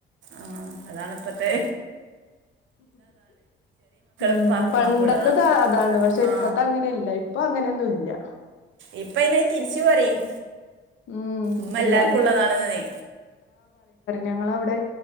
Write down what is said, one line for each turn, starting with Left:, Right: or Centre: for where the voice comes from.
Right: ആഹ് അതാണ്പ്പത്തെ
Left: ഉം,
Right: ഉപ്പാക്കും
Left: പണ്ടത്തെതാ
Right: ഉമ്മാക്കും ഉള്ളതാ
Left: അതാണ് പഷെ
Right: ആ
Left: ഇപ്പത്തെ അങ്ങനെല്ല. ഇപ്പ അങ്ങനെയൊന്നുല്ല്യ.
Right: ഇപ്പയ്ന് യ് തിരിച്ചു പറയും.
Left: ഉം
Right: മ്മ
Left: എല്ലാരും
Right: ല്ലാർക്കുള്ളതാണ്ന്ന്.
Left: ഞങ്ങളവ്ടെ